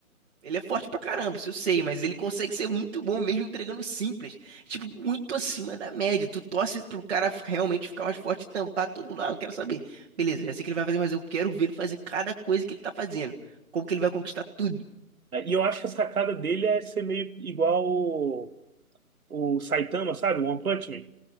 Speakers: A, on the right; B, on the right.
A: ele é forte pra caramba, isso eu sei, mas ele consegue ser muito bom mesmo entregando simples. Tipo, muito acima da média. Tu torce pro cara fi- realmente ficar mais forte e tampar todo mundo. Ah, não quero saber. Beleza, já sei o que ele vai fazer, mas eu quero ver ele fazer cada coisa que ele tá fazendo. Como que ele vai conquistar tudo.
B: É, E eu acho que a sacada dele é ser meio igual o, o Saitama, sabe? O One Punch Man.